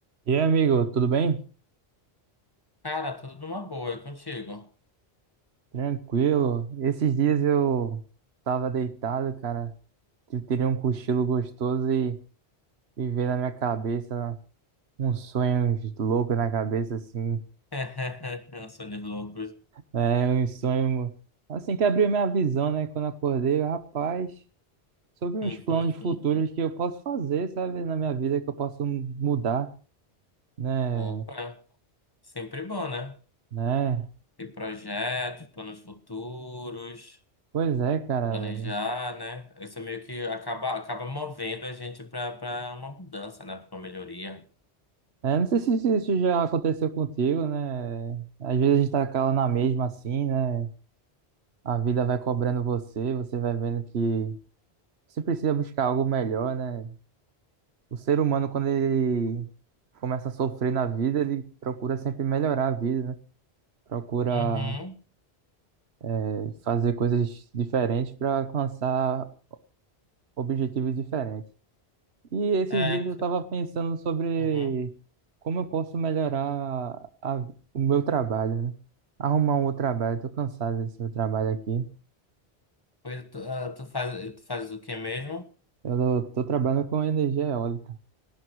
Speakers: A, on the right; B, on the left.
A: E aí, amigo, tudo bem?
B: Cara, tudo numa boa, e contigo?
A: Tranquilo. Esses dias eu tava deitado, cara. Eu teria um cochilo gostoso e, e veio na minha cabeça uns sonhos loucos na cabeça, assim.
B: <laughs> Sonhos loucos.
A: É, um sonho, assim, que abriu minha visão, né? Quando eu acordei, eu, rapaz, sobre uns
B: <laughs>
A: planos futuros que eu posso fazer, sabe? Na minha vida, que eu posso mudar, né?
B: Opa, sempre bom, né?
A: Né?
B: Ter projetos, planos futuros,
A: Pois é, cara.
B: planejar, né? Isso meio que acaba, acaba movendo a gente para para uma mudança, né? Para uma melhoria.
A: É, não sei se se isso já aconteceu contigo, né? Às vezes a gente tá cala na mesma assim, né? A vida vai cobrando você, você vai vendo que você precisa buscar algo melhor, né? O ser humano, quando ele começa a sofrer na vida, ele procura sempre melhorar a vida, né? Procura
B: Uhum,
A: eh, fazer coisas diferentes para alcançar objetivos diferentes. E esses
B: é,
A: dias eu estava
B: c-
A: pensando sobre
B: uhum.
A: como eu posso melhorar a- o meu trabalho, né? Arrumar um outro trabalho. Eu tô cansado desse meu trabalho aqui.
B: Pois tu, ah, tu faz, tu faz o que mesmo?
A: Eu tô trabalhando com energia eólica.